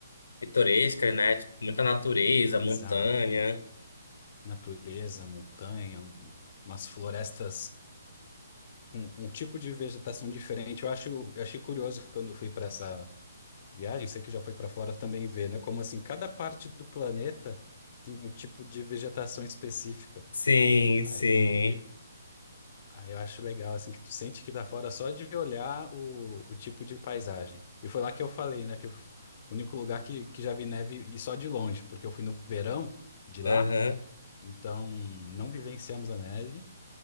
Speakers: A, on the left; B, on the left.
A: pitorescas, né? Tipo, muita natureza,
B: Exato.
A: montanha.
B: Natureza, montanha, um- umas florestas, um, um tipo de vegetação diferente. Eu acho, eu achei curioso quando eu fui para essa viagem, sei que já foi para fora também ver, né? Como assim, cada parte do planeta tem um tipo de vegetação específica.
A: Sim,
B: Aí,
A: sim.
B: aí eu acho legal, assim, que tu sente que tá fora só de olhar o, o tipo de paisagem. E foi lá que eu falei, né? Que eu- o único lugar que, que já vi neve e só de longe, porque eu fui no verão de lá,
A: Aham,
B: então não vivenciamos a neve,